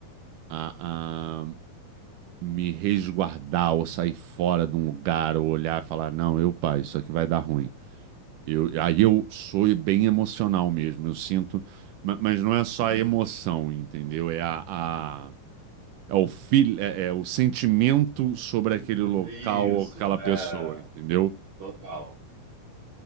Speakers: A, on the right; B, on the right.
A: a, a me resguardar ou sair fora de um lugar ou olhar e falar, não, eu, pai, isso aqui vai dar ruim. Eu, aí eu sou bem emocional mesmo. Eu sinto, ma- mas não é só a emoção, entendeu? É a... a- É o feel, é, é o sentimento sobre
B: Uhum.
A: aquele local
B: <laughs> Isso,
A: ou aquela pessoa,
B: é,
A: entendeu?
B: total.